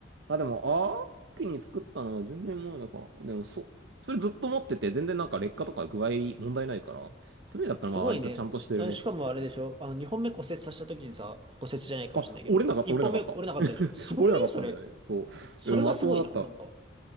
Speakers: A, on the right; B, on the right.
A: まあでも、ああ、時に作ったのは10年前だから。でも、そ、それずっと持ってて、全然なんか劣化とか具合問題ないから、それだったらまあ割とちゃんとしてるね。
B: すごいね。あしかもあれでしょあの、2本目骨折させた時にさ、骨折じゃないかもしれないけど、
A: あ、折れなかった、
B: 1本目折れなかったでしょすごくねそれ。
A: 折れなかった。折れなかったんだよね。そう。
B: それがすごいな。
A: うんまともだった。
B: なんか、